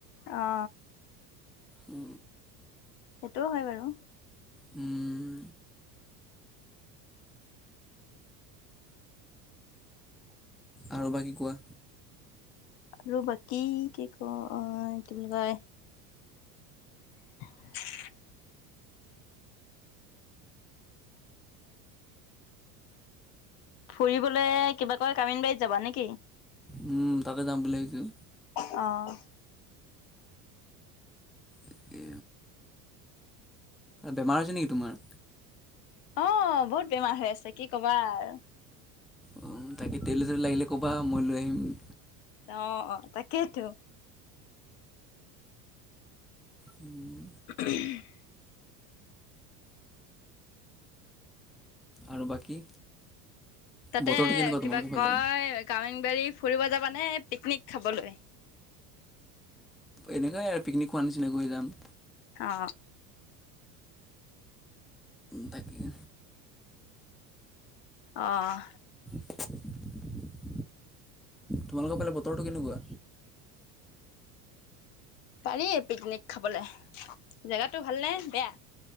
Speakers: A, on the left (about 55°); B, in the centre.
A: অ।
B: উ
A: সেইটোও হয় বাৰু।
B: উম। আৰু বাকি কোৱা।
A: আৰু বাকি কি কওঁ উম। কি বুলি কয় <inaudible> ফুৰিবলৈ কিবা কৈ কামিনী বা যাবা নেকি?
B: উম, তাতে যাম বুলি ভাবিছোঁ
A: অহ।
B: একে। বেমাৰ হৈছে নেকি তোমাৰ?
A: অহ, বহুত বেমাৰ হৈ আছে কি কবা আৰু।
B: উম, তাকে টেবলেট -চেবলট লাগিলে ক'বা। মই লৈ আহিম গৈ।
A: অ অ তাকেইতো।
B: উম
A: <unintelligible>
B: আৰু বাকী?
A: তাতে
B: বতৰটো কেনেকুৱা
A: কিবা
B: তোমালোকৰ ফালে
A: কয় কামি বাৰী ফুৰিব যাবানে পিকনিক খাবলৈ?
B: এনেকাই আৰু পিকনিক খোৱাৰ নিচিনাকৈ যাম।
A: অহ
B: তাকে।
A: অহ
B: <inaudible> তোমালোকৰ ফালে বতৰটো কেনেকোৱা?
A: পাৰি পিকনিক খাবলৈ জেগাটো ভালনে বেয়া?